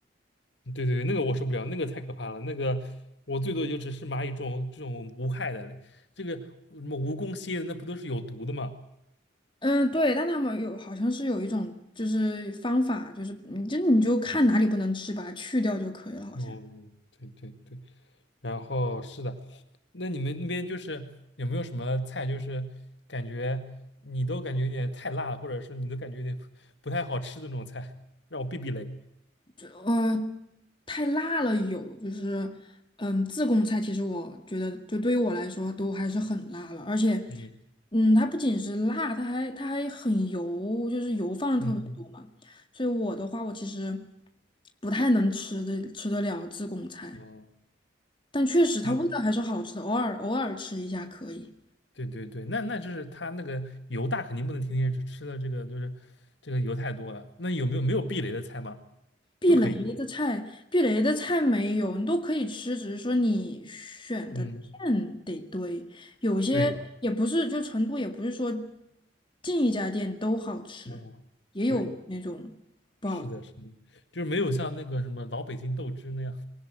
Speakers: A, on the left; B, on the left.
A: 对对对，那个我受不了，那个太可怕了，那个我最多也就只是蚂蚁这种这种无害的，这个什么蜈蚣、蝎子那不都是有毒的吗？
B: 嗯，对，但他们有好像是有一种就是方法，就是你就你就看哪里不能吃，把它去掉就可以了，好像。
A: 哦，对对对，然后是的，那你们那边就是有没有什么菜，就是感觉你都感觉有点太辣了，或者是你都感觉有点不不太好吃的那种菜，让我避避雷。
B: 就呃太辣了有，就是嗯自贡菜其实我觉得就对于我来说都还是很辣了，而且
A: 嗯
B: 嗯它不仅是辣，它还它还很油，就是油放的特别多嘛，
A: 嗯嗯，
B: 所以我的话我其实不太能吃的吃得了自贡菜，
A: 嗯哦，
B: 但确实它味道还是好吃的，
A: 那
B: 偶尔偶尔吃一下可以。
A: 对对对，那那就是他那个油大肯定不能天天吃吃了这个就是这个油太多了。那有没有没有避雷的菜吗？
B: 避雷的菜，
A: 都可以。
B: 避雷的菜没有，你都可以吃，只是说你选的店得对。
A: 嗯，
B: 有些也不是，
A: 对，
B: 就成都也不是说进一家店都好吃，
A: 嗯，
B: 也有那种不好吃。
A: 对，是的，是的，就是没有像那个什么老北京豆汁那样。